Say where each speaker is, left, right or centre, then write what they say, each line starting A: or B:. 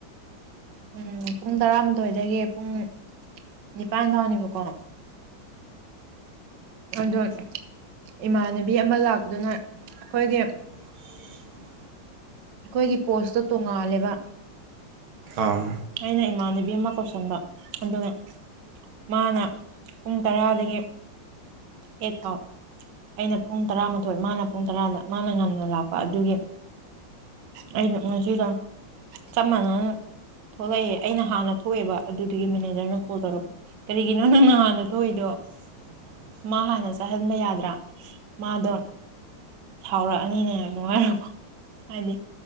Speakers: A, on the right; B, on the right.
A: ꯎꯝ ꯄꯨꯡ ꯇꯔꯥꯃꯥꯊꯣꯏꯗꯒꯤ ꯄꯨꯡ ꯅꯤꯄꯥꯟ ꯐꯥꯎꯅꯦꯕꯀꯣ ꯑꯗꯣ ꯏꯃꯥꯟꯅꯕꯤ ꯑꯃ ꯂꯥꯛꯄꯗꯨꯅ ꯑꯩꯈꯣꯏꯒꯤ
B: ꯍ
A: ꯑꯩꯈꯣꯏꯒꯤ ꯄꯣꯁꯇꯣ ꯇꯣꯡꯉꯥꯜꯂꯦꯕ
B: ꯑꯥ
A: ꯑꯩꯅ ꯏꯃꯥꯟꯅꯕꯤ ꯑꯃ ꯀꯧꯁꯟꯕ ꯑꯗꯨꯒ ꯃꯥꯅ ꯄꯨꯡ ꯇꯔꯥꯗꯒꯤ ꯑꯩꯠ ꯐꯥꯎ ꯑꯩꯅ ꯄꯨꯡ ꯇꯔꯥꯃꯥꯊꯣꯏ ꯃꯥꯅ ꯄꯨꯡ ꯇꯔꯥꯗ ꯃꯥꯅ ꯉꯟꯅ ꯂꯥꯛꯄ ꯑꯗꯨꯒꯤ ꯑꯩꯅ ꯉꯁꯤꯗ ꯆꯞ ꯃꯥꯟꯅꯅ ꯊꯣꯛꯂꯛꯑꯦ ꯑꯩꯅ ꯍꯥꯟꯅ ꯊꯣꯛꯑꯦꯕ ꯑꯗꯨꯗꯨꯒꯤ ꯃꯦꯅꯦꯖꯔꯅ ꯀꯣꯜ ꯇꯧꯔꯛꯄ ꯀꯔꯤꯒꯤꯅꯣ ꯅꯪꯅ ꯍꯥꯟꯅ ꯊꯣꯛꯏꯗꯣ
B: <unintelligible>
A: ꯃꯥ ꯍꯥꯟꯅ ꯆꯠꯍꯟꯕ ꯌꯥꯗ꯭ꯔꯥ ꯃꯥꯗꯣ ꯁꯥꯎꯔꯛꯑꯅꯤꯅꯦ ꯑꯃꯛꯉꯔꯕꯣ ꯍꯥꯏꯗꯤ